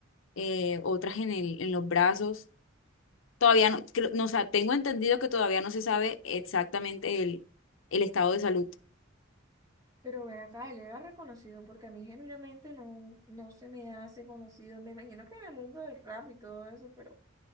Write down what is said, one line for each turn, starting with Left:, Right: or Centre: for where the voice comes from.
Left: eh, otras en el, en los brazos. Todavía no, creo- no, o sea, tengo entendido que todavía no se sabe exactamente el, el estado de salud.
Right: Pero ven acá, él era reconocido porque a mí genuinamente no, no se me hace conocido. Me imagino que en el mundo del rap y todo eso, pero